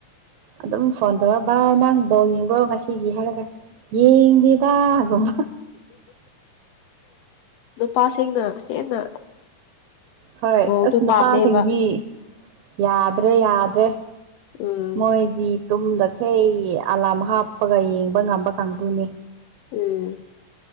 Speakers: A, on the right; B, on the left.
A: ꯑꯗꯨꯝ ꯐꯣꯟ ꯇꯧꯔꯛ ꯚꯥꯏ ꯅꯪ ꯕꯜ ꯌꯦꯡꯕ꯭ꯔꯣ ꯉꯁꯤꯒꯤ ꯍꯥꯏꯔꯒ ꯌꯦꯡꯗꯦꯗ ꯀꯝꯕ
B: ꯅꯨꯄꯥꯁꯤꯡꯅ ꯍꯦꯟꯅ
A: ꯍꯣꯏ
B: ꯕꯣꯜꯗꯣ
A: ꯑꯁ ꯅꯨꯄꯥꯁꯤꯡꯗꯤ
B: ꯄꯥꯝꯃꯦꯕ
A: ꯌꯥꯗ꯭ꯔꯦ ꯌꯥꯗ꯭ꯔꯦ
B: ꯎꯝ
A: ꯃꯣꯏꯗꯤ ꯇꯨꯝꯗꯈꯩ ꯑꯂꯥꯝ ꯍꯥꯞꯄꯒ ꯌꯦꯡꯕ ꯉꯝꯕ ꯀꯥꯡꯕꯨꯅꯦ
B: ꯎꯝ